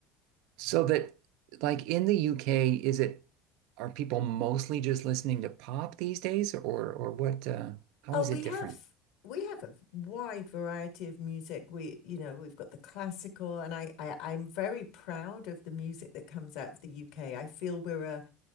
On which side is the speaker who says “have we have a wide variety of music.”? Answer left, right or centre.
Left